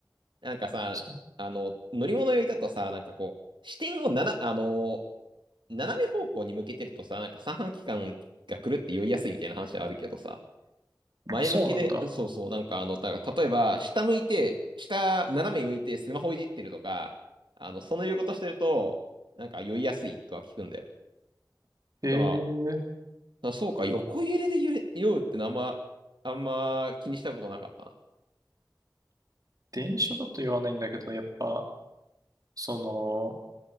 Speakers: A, on the right; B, on the right.
A: なんかさ、
B: そ
A: あの、乗り物酔いだとさ、なんかこう、視点をなな、あの、斜め方向に向けてるとさ、なんか三半規管が狂って酔いやすいみたいな話はあるけどさ、前向きで、
B: あそうなんだ。
A: そうそう、なんかあの、だから例えば、下向いて、下、斜め向いてスマホいじってるとか、あの、その言うことしてると、なんか酔いやすいとは聞くんだよ。
B: へえ、
A: だからあ、そうか、横揺れで揺れ、酔うってあんま、あんま気にしたことなかったな。
B: 電車だと酔わないんだけど、やっぱ、その、